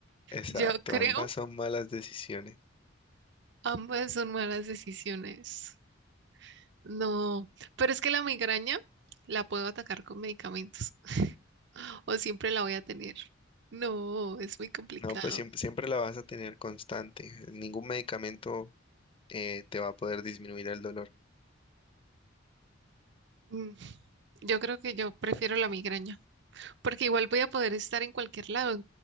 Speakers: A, on the left; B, on the right.
A: Exacto,
B: Yo creo
A: ambas son malas decisiones.
B: ambas son malas decisiones. No, pero es que la migraña la puedo atacar con medicamentos <gasps> <laughs> o siempre la voy a tener. No, es muy complicado.
A: No, pues siempre, siempre la vas a tener constante. Ningún medicamento eh, te va a poder disminuir el dolor.
B: Mm, Yo creo que yo prefiero la migraña porque igual voy a poder estar en cualquier lado.